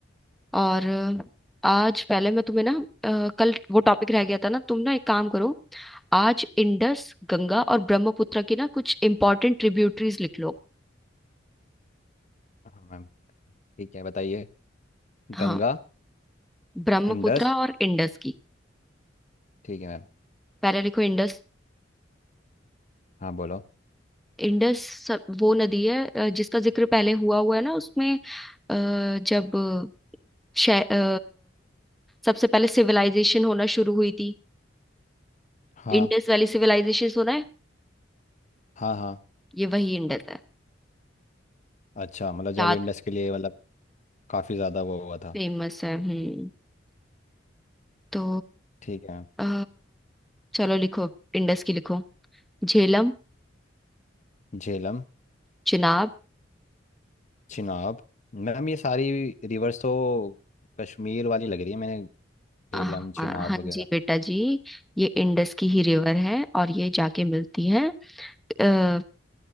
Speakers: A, in the centre; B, on the left.
A: और आज पहले मैं तुम्हें ना अ, कल वो टॉपिक रह गया था ना तुम ना एक काम करो आज इंडस गंगा और ब्रह्मपुत्र की ना कुछ इंपॉर्टेंट ट्रिब्यूटरीज लिख लो
B: हाँ मैम ठीक है बताइए गंगा
A: हाँ ब्रह्मपुत्र
B: इंडस
A: और इंडस की
B: ठीक है मैम
A: पहले लिखो इंडस
B: हाँ बोलो
A: इंडस सब- वो नदी है अ, जिसका जिक्र पहले हुआ हुआ है ना उसमें अ, जब शै- अ, सबसे पहले सिविलाइजेशन होना शुरू हुई थी
B: हाँ
A: इंडस वैली सिविलाइजेशन सुना है
B: हाँ हाँ
A: ये वही इंडस है
B: अच्छा मतलब
A: याद
B: जब इंडस के लिए मतलब काफ़ी ज़्यादा वो हुआ था
A: फेमस है हम्म तो
B: ठीक है
A: अ, चलो लिखो इंडस की लिखो झेलम
B: झेलम
A: चिनाब
B: चिनाब मैम ये सारी रिवर्स तो कश्मीर वाली लग रही है मैंने झेलम
A: अ, हाँ
B: चिनाब
A: हाँ
B: वगैरह
A: जी बेटा जी ये इंडस की ही रिवर है और ये जाके मिलती है अ,